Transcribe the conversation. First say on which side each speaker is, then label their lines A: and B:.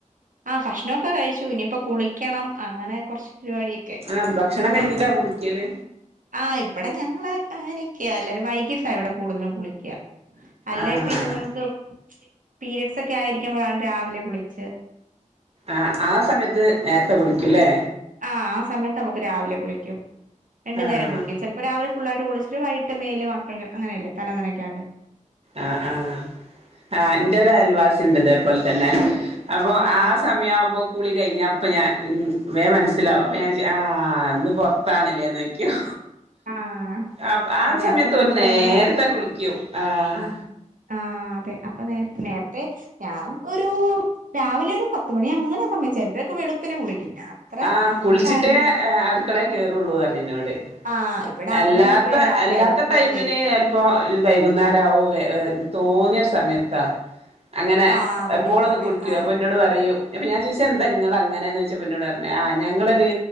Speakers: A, on the right; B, on the right.
A: ആഹ് ഭക്ഷണൊക്കെ കഴിച്ചു. ഇനിയിപ്പ കുളിക്കണം അങ്ങനെ കൊറച്ച് പരിപാടിയൊക്
B: ആഹ് ഭക്ഷണം കഴിഞ്ഞിട്ടാ കുളിക്ക്യല്
A: ആഹ് ഇവിടെ ഞങ്ങള് അങ്ങനെയൊക്കെയാ എല്ലരും വൈകിട്ടാ ഇവിടെ കൂടുതലും കുളിക്ക്യാ അല്ലേ
B: ആഹ്
A: പിന്നെ നമുക്ക് പീരീഡ്സൊക്കെ ആയിരിക്കുമ്പഴാണ് രാവിലെ കുളിച്ച്
B: ആഹ്, ആഹ് സമയത്ത് നേര്ത്തെ കുളിക്യു ല്ലേ
A: ആഹ്, ആഹ് സമയത്തമുക്ക് രാവിലെ കുളിക്കും, രണ്ടു
B: ആഹ്
A: നേരം കുളിക്കും ചെല പ്പൊ രാവിലെ ഫുള്ളായിട്ട് കുളിച്ചിട്ട് വൈകിട്ട് മേല് മാത്രം ക അങ്ങനെയല്ലേ തലനനക്കാണ്ട്
B: ആഹ് ആഹ് ആഹ് ഇന്റൊരയൽവാസിണ്ട് ഇതേപോൽതന്നെ അപ്പൊ
A: ആണോ
B: ആ സമയാവുമ്പോ കുളി കഴിഞ്ഞാ അപ്പം ഞാൻ ഉം വേം മൻസ്സിലാവും, അപ്പം ഞാൻ ചോയിക്യും ആഹ് ഇന്ന് പൊർത്താണ്ലേന്നോയ്ക്ക്യും
A: ആഹ്
B: ആഹ് -ആഹ്
A: അതെ
B: സമയത്ത്
A: അപ്പൊ നമ്മള്
B: ഓര് നേര്ത്തെ
A: ഭയങ്കര
B: കുളിക്ക്യും ആഹ്
A: ആഹ് അതെ അപ്പ നേര്തെ നേരത്തെ ഞാൻ ഒരു രാവിലെ ഒരു പത്തുമണി അങ്ങനെ സമയ ച്ചെലരൊക്കെ വെളുപ്പിനെ കുളിക്കും, ഞാൻ
B: ആഹ്, കുളിച്ചിട്ടേ
A: ഇതാവില്ല
B: ഏഹ് അടുക്കളേ കേറുള്ളൂർഞ്ഞ് ന്നോട്
A: ആഹ് ഇവിടെ
B: അല്ലാത്ത
A: അമ്മയൊക്കെയാ രാവിലെ
B: അല്ലാത്ത
A: അടുക്കളേ
B: ടൈമിന്
A: കേ
B: ഇപ്പൊ വൈകുന്നേരാവും വേ വേ തോന്ന്യൊര് സമയത്താ അങ്ങനെ
A: ആഹ് കുളിക്കുന്നെ
B: എപ്പോളൊന്നും കുളിക്കൂല.
A: ആഹ്
B: അപ്പ ഇന്നോട് പറയും, അപ്പ ഞാൻ ചോയിച്ച് എന്താ ഇങ്ങള് അങ്ങനെ ന്ന് ചോയ്ച്ചപ്പ ഇന്നോടർ ആഹ് ഞങ്ങളൊരു